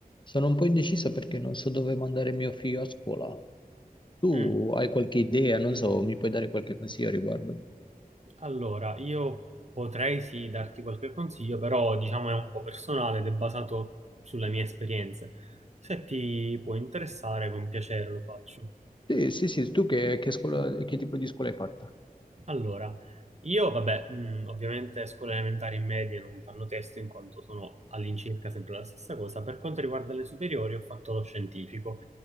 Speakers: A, on the left; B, on the right.
A: Sono un po' indeciso perché non so dove mandare mio figlio a scuola. Tu
B: Mm,
A: hai qualche idea? Non so, mi puoi dare qualche consiglio a riguardo?
B: Allora, io potrei sì darti qualche consiglio, però diciamo è un po' personale ed è basato sulle mie esperienze. Se ti può interessare, con piacere lo faccio.
A: Sì, sì, sì, tu che, che scuola, che tipo di scuola hai fatta?
B: Allora, io vabbè, mm, ovviamente scuole elementari e medie non fanno testo in quanto sono all'incirca sempre la stessa cosa. Per quanto riguarda le superiori, ho fatto lo scientifico.